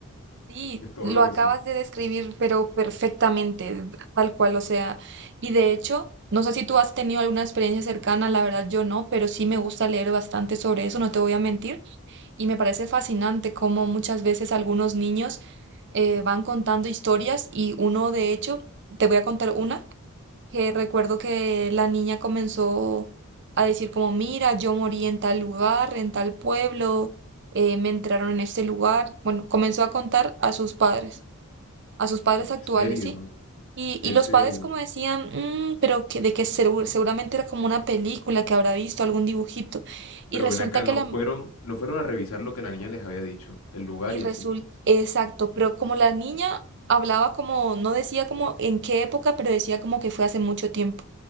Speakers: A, on the right (about 55°); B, on the left (about 75°).
A: Sí,
B: Es todo
A: lo
B: lo
A: acabas
B: que sé.
A: de describir, pero perfectamente, tal cual, o sea, y de hecho, no sé si tú has tenido alguna experiencia cercana, la verdad yo no, pero sí me gusta leer bastante sobre eso, no te voy a mentir, y me parece fascinante cómo muchas veces algunos niños eh, van contando historias y uno, de hecho, te voy a contar una que recuerdo que la niña comenzó a decir como, mira, yo morí en tal lugar, en tal pueblo, eh, me entraron en este lugar. Bueno, comenzó a contar a sus padres, a sus padres
B: En
A: actuales,
B: serio,
A: ¿sí? Y,
B: en
A: y los
B: serio.
A: padres como decían, "Mm, pero que, de que segu- seguramente era como una película que habrá visto, algún dibujito. Y
B: Pero
A: resulta
B: ven acá,
A: que
B: no
A: la...
B: fueron, no fueron a revisar lo que la niña les había dicho, el lugar
A: Y
B: y
A: resulta,
B: así.
A: exacto, pero como la niña hablaba como, no decía como en qué época, pero decía como que fue hace mucho tiempo.